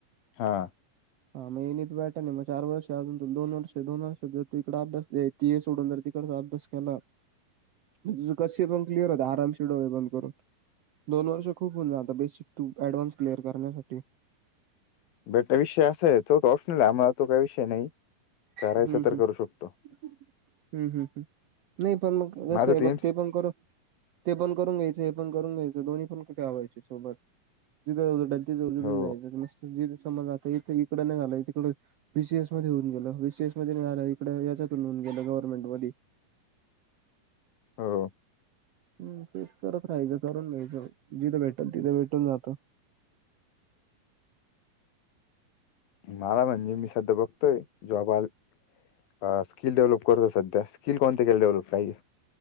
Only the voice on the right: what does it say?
<inaudible> हां मग एन इ पी पॅटर्न आहे मग चार वर्ष, अजून दोन वर्ष दोन वर्ष जर तिकडे ती सोडून जर जर तू अभ्यास केला. तुझं कसे पण क्लिअर होता. आरामशिर डोळे बंद करून. दोन वर्ष खूप होऊन जाता. बेसिक टू ऍडव्हान्स क्लिअर करण्यासाठी.
हम्म हम्म
हम्म हम्म हम्म, अं, हु, हु नाही पण मग कसं
हे बघ
ते पण करून ते पण करून घ्यायचं, हे पण करून घ्यायचं, दो्ही पण कुठे व्हायचे सोबत जिथं अवडल <unintelligible>
सता इकड नाही झालं, तकड बी सी एस मध्ये होऊन गेल, बी सी एस मध्ये झालं, इकडे याच्यात होऊन गेलू गव्हर्नमेंट मधी
हं तेच करत राहायचं, करून घ्यायचं जिथं भेटल तिथं भेटून जातं.